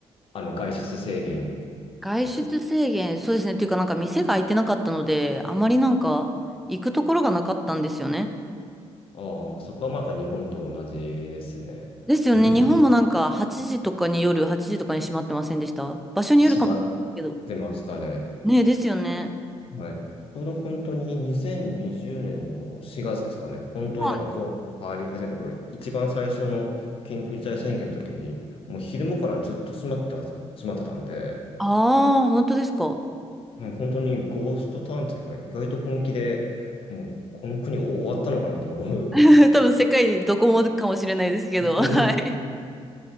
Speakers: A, on the left; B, in the centre.
A: あの、外出制限
B: 外出制限、
A: ですね。
B: そうですね、っていうかなんか店が開いてなかったので、あまりなんか行くところがなかったんですよね。
A: ああ、そこはまた日本と同じですね。
B: ですよね、
A: うん
B: 日本もなんか8時とかに夜、8時とかに閉まってませんでした場所によるかもしれないけど。
A: 閉まってましたね。
B: ねえ、ですよね。
A: はい。ちょうど本当に2020年の4月ですかね。本当になんかこう、
B: はい。
A: 変わり始めた頃、一番最初の緊急事態宣言の時に、もう昼間からずっと閉まっては閉まってたんで、
B: ああ、本当ですか。
A: もう本当にゴーストタウンというか、意外と本気で、もうこの国終わったのかなと思う。
B: <laughs> 多分世界どこもかもしれないですけど、
A: <laughs> 本当に
B: <laughs> はい。